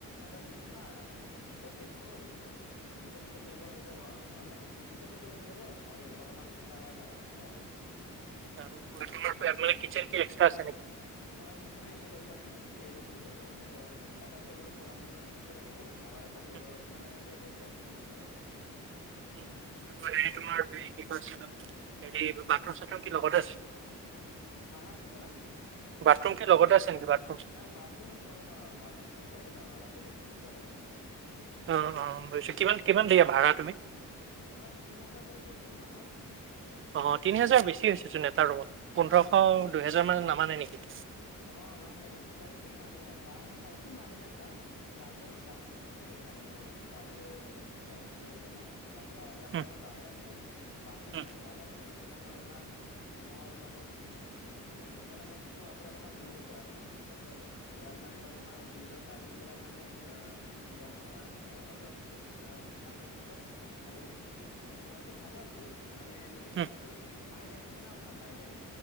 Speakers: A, on the left; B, on the right.
A: এটা বিচনা, দুইটা টেবুল, দুটা-তিনটা টেবুল আহি যাব অনে দুটা টেবুল আহি যাব আৰু অলপমান খাৰা হোৱা জাগা, এনেকা আৰু মানে।
B: আৰু <unintelligible> কিচেন কি এক্সত্ৰা আছে নেকি?
A: নহয় কিচেনও একে লগে আছে, টেবুল খন লগতে মানে ত' এটা টেবুলৰ পঢ়া-শুনা ৰাখো অৰ এটা টেবুলত
B: হুম,
A: মানে এইটো গেছ খুন ৰাখো আৰু।
B: উম, হেৰি তোমাৰ কি কৈছিলো হেৰি বাথৰুম-চাথৰুম কি লগতে আছে?
A: হা হা কি ক'লা
B: বাথৰুম কি লগতে আছে নেকি বাথৰুম?
A: বাথৰুম নহয়, বাথৰুমটো শেয়িং হয় বলেগ কিতা লগত।
B: অ', অ', বুজছোঁ। কিমান কিমান দিয়া ভাড়া তুমি?
A: অ', তিন হাজাৰ কৰি পেললে দু মাহত।
B: অ', তিনি হাজাৰ বেছি হৈছেচোন এটা ৰুমত, পোন্ধৰশ-দুহেজাৰমান নামানে নিকি?
A: অ', মানে বিচাৰিচোন মানে প না পাইছো মানে এটা, ইয়াৰ পৰা অলপ ডাঙৰ কৰি পাইছো। ছিলে তাৰ মানে চাৰে-চাৰে দুই হাজাৰ মানত, ইয়াৰ পাৰা ইয়াৰ
B: হুম,
A: পাৰা অলপ ডাঙৰে আছিল। বাথৰু
B: হুম,
A: খনো ভালে আছিল, লেকিন মানে অলপমান মোৰ মানে যোন ফালে মই থাকোঁ ইয়াৰ পাৰা অলপমান দূৰ হৈ যায় আৰু মানে লাচত ইয়াৰ মানে অলপমান গেটৰ টাইমিং বিলাক মানে অ, কিবা নহয় আৰু মানে আৰু লাষ্ট আহ আপোনাৰ কি কয়, মানে এটো ঘৰটো ভালে আছিল মানে লকিন
B: হুম,
A: এইটো বাইলেন থাকে ন আপোনাৰ, বাইলেন।